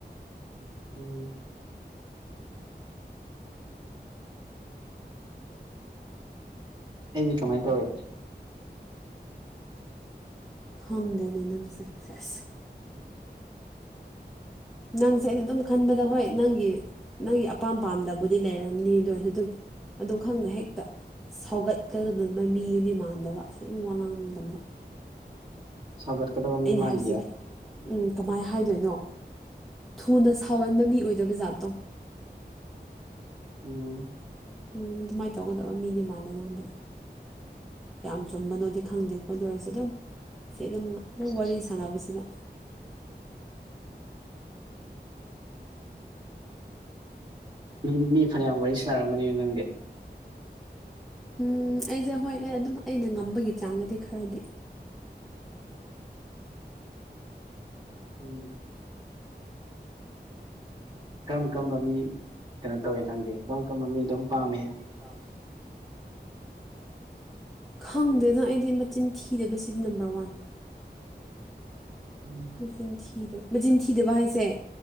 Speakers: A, on the right (about 25°); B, in the centre.
A: ꯎꯝ ꯑꯩꯗꯤ ꯀꯃꯥꯏꯅ ꯇꯧꯋꯦ
B: ꯈꯪꯗꯦꯅꯦ ꯅꯪꯁꯦ ꯁꯦꯁ
A: <inaudible>
B: ꯅꯪꯁꯦ ꯑꯩꯅ ꯑꯗꯨꯝ ꯈꯟꯕꯗ ꯍꯣꯏ ꯅꯪꯒꯤ ꯅꯪꯒꯤ ꯑꯄꯥꯝ ꯄꯥꯝꯗꯕꯨꯗꯤ ꯂꯩꯔꯝꯅꯤ ꯑꯗꯨ ꯑꯣꯏꯔꯁꯨ ꯑꯗꯨꯝ ꯑꯗꯨ ꯈꯪꯅ ꯍꯦꯛꯇ ꯁꯥꯎꯒꯠꯀꯗꯗꯕ ꯃꯤꯗꯨꯗꯤ ꯃꯥꯟꯗꯕ ꯁꯤ ꯑꯗꯨꯝ ꯋꯥ ꯉꯥꯡꯕ ꯃꯇꯝꯗ
A: ꯁꯥꯎꯒꯠꯀꯗꯕ ꯃꯤ
B: ꯑꯩꯅ
A: ꯃꯥꯟꯗꯤꯌꯦ
B: ꯍꯥꯏꯕꯁꯤꯒꯦ ꯎꯝ ꯀꯃꯥꯏꯅ ꯍꯥꯏꯗꯣꯏꯅꯣ ꯊꯨꯅ ꯁꯥꯎꯒꯟꯕ ꯃꯤ ꯑꯣꯏꯗꯕ ꯖꯥꯠꯇꯣ
A: ꯎꯝ <unintelligible>
B: ꯎꯝ ꯑꯗꯨꯃꯥꯏꯅ ꯇꯧꯒꯗꯕ ꯃꯤꯅꯦ ꯃꯥꯜꯂꯦ ꯅꯪꯗꯤ ꯀꯌꯥꯝ ꯆꯨꯝꯕꯅꯣꯗꯤ ꯈꯪꯗꯦ ꯈꯣꯠꯇꯣꯔꯁꯦ ꯑꯗꯨꯝ ꯁꯤ ꯑꯗꯨꯝ ꯑꯗꯨꯝ ꯋꯥꯔꯤ ꯁꯥꯟꯅꯕꯁꯤꯗ
A: ꯅꯪ ꯃꯤ ꯐꯅꯌꯥꯝ ꯋꯥꯔꯤ ꯁꯥꯟꯅꯔꯃꯅꯤꯅ ꯅꯪꯗꯤ
B: ꯎꯝ ꯑꯩꯁꯦ ꯍꯣꯏ ꯑꯗꯨꯝ ꯑꯩꯅ ꯉꯝꯕꯒꯤ ꯆꯥꯡꯒꯗꯤ ꯈꯔꯗꯤ
A: ꯎꯝ <unintelligible> ꯀꯔꯝ ꯀꯔꯝꯕ ꯃꯤ ꯀꯩꯅꯣ ꯇꯧꯋꯦ ꯅꯪꯗꯤ ꯀꯔꯝ ꯀꯔꯝꯕ ꯃꯤ ꯑꯗꯨꯝ ꯄꯥꯝꯃꯦ
B: ꯄꯥꯃꯤ ꯈꯪꯗꯦꯗ ꯑꯩꯗꯤ ꯃꯆꯤꯟ ꯊꯤꯗꯕꯁꯤꯗꯤ ꯅꯝꯕꯔ ꯋꯥꯟ
A: ꯎꯝ <unintelligible>
B: ꯃꯆꯤꯟ ꯊꯤꯗꯕ ꯃꯆꯤꯟ ꯊꯤꯗꯕ ꯍꯥꯏꯁꯦ